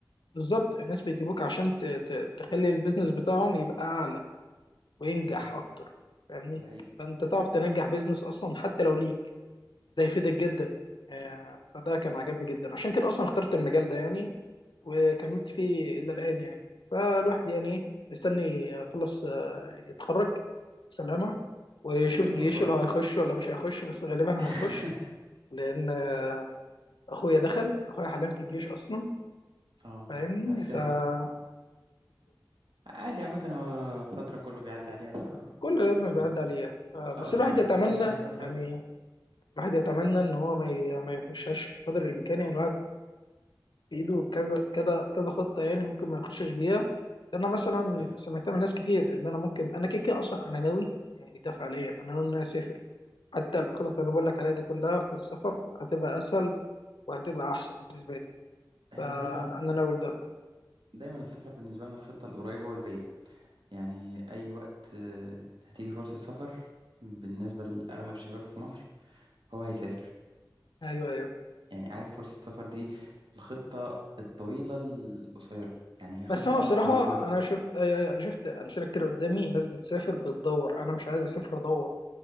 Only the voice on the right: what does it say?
مهم.
ده حقيقي
ان شاء
الله
<laughs>
اه
مأساة
عادي عامة هو فترة كله بيعدي عليها ف
ما...
اه يعني
ما
تحسهاش ان هي فترة
حلو
هي
دايما
دايما السفر بالنسبة لنا الخطة القريبة والبعيدة يعني أي وقت آه، هتيجي فرصة سفر بالنسبة لأغلب شباب في مصر فهو هيسافر
يعني عارف فرصة السفر دي الخطة الطويلة القصيرة يعني هي خطة
موجودة